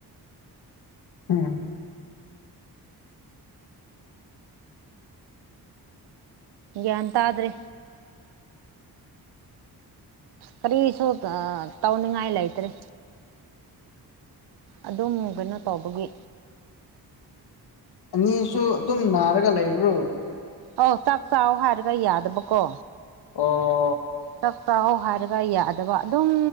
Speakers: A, on the left (about 80°); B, on the right (about 85°).
A: ꯎꯝ
B: ꯒ꯭ꯌꯥꯟ ꯇꯥꯗ꯭ꯔꯦ꯫ ꯀꯔꯤꯁꯨ ꯑ ꯇꯧꯅꯤꯡꯉꯥꯏ ꯂꯩꯇꯔꯦ꯫ ꯑꯗꯨꯝ ꯀꯩꯅꯣ ꯇꯧꯕꯒꯤ꯫
A: ꯑꯅꯤꯁꯨ ꯑꯗꯨꯝ ꯅꯥꯔꯒ ꯂꯩꯕ꯭ꯔꯣ꯫
B: ꯑꯧ ꯆꯥꯛ ꯆꯥꯎꯋꯣ ꯍꯥꯏꯔꯒ ꯌꯥꯗꯕꯀꯣ꯫
A: ꯑꯣ
B: ꯆꯥꯛ ꯆꯥꯋꯣ ꯍꯥꯏꯔꯒ ꯌꯥꯗꯕ ꯑꯗꯨꯝ